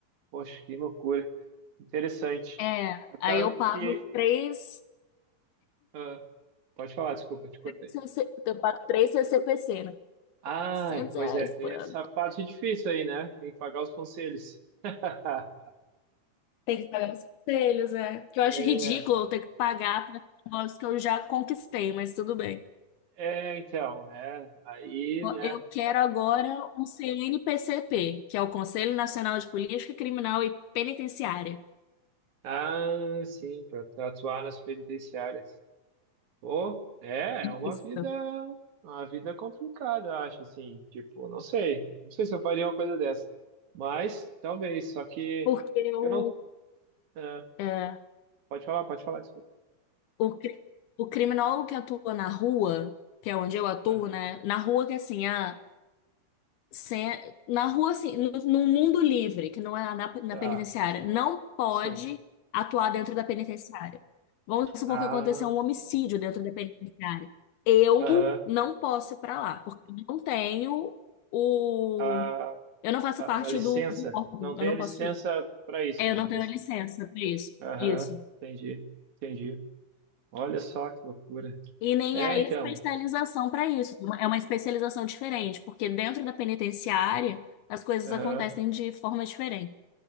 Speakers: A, on the right; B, on the left.
A: Poxa, que loucura. Interessante.
B: É,
A: Mas
B: aí
A: Sabe
B: eu
A: que.
B: pago três,
A: ah, pode falar, desculpa, eu te cortei.
B: três, CC eu pago três CCPC, né?
A: Ai,
B: 100 reais
A: pois é, tem
B: por
A: essa
B: ano.
A: parte difícil aí, né? Tem que pagar os conselhos. <laughs>
B: Tem que pagar os conselhos, é. Que eu acho
A: É,
B: ridículo eu ter que pagar para negócios que eu já conquistei, mas tudo bem.
A: é, então, né? Aí, né?
B: Eu quero agora um CNPCP, que é o Conselho Nacional de Política Criminal e Penitenciária.
A: Ah, sim, para atuar nas penitenciárias. Pô, é, é uma
B: Isso.
A: vida, uma vida complicada, acho assim. Tipo, não sei, não sei se eu faria uma coisa dessa, mas talvez. Só que
B: Porque o,
A: eu não. ah,
B: é,
A: pode falar, pode falar, desculpa.
B: o, cri- o criminólogo que atua na rua, que é onde eu atuo,
A: Aham,
B: né? Na rua que é assim, ah, sem- na rua, assim, no, no mundo livre, que não é na, na
A: tá,
B: penitenciária, não pode
A: sim.
B: atuar dentro da penitenciária. Vamos supor
A: Ah,
B: que aconteceu um homicídio dentro da penitenciária. Eu
A: aham,
B: não posso ir para lá, porque eu não tenho o.
A: a,
B: Eu não faço
A: a,
B: parte
A: a licença.
B: do, do órgão,
A: Não tem
B: eu não
A: a licença
B: posso ir.
A: para isso,
B: É, eu
A: vamos
B: não tenho
A: dizer
B: licença
A: assim.
B: para isso.
A: Aham,
B: Isso.
A: entendi, entendi. Olha só que loucura.
B: E nem
A: É,
B: a especialização
A: então.
B: para isso. É uma especialização diferente, porque dentro da penitenciária as coisas
A: Aham,
B: acontecem de forma diferente.